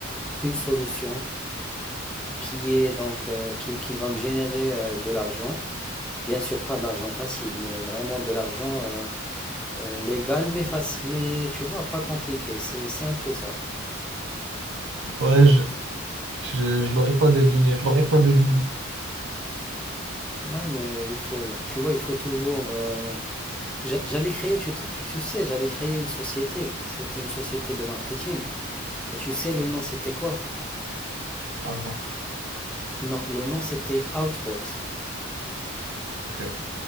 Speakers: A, in the centre; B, on the right (about 55°).
A: une solution qui est donc euh, qui, qui va me générer euh, de l'argent. Bien sûr, pas de l'argent facile, mais vraiment de l'argent euh, euh, légal, mais facile, mais tu vois, pas compliqué. C'est, c'est un peu ça.
B: Ouais, je, je, je l'aurais pas deviné, je l'aurais pas deviné.
A: Ouais, mais il faut, tu vois, il faut toujours. euh, j'a- J'allais créer, tu, tu, tu sais, j'allais créer une société. C'était une société de marketing. Et tu sais, le nom, c'était quoi?
B: Argent.
A: Non, le nom, c'était Outbox.
B: Ok.